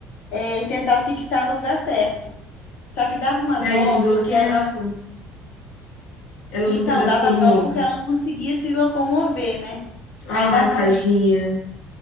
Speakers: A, on the left; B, on the left.
A: é, e tentar fixar no lugar certo. Só que dava uma
B: E
A: dó,
B: aí não deu
A: porque
B: certo?
A: ela.
B: Ela
A: Então,
B: não se adaptou
A: dava
B: muito.
A: dó porque ela não conseguia se locomover, né?
B: Ai,
A: Aí dava uma.
B: tadinha.
A: pe-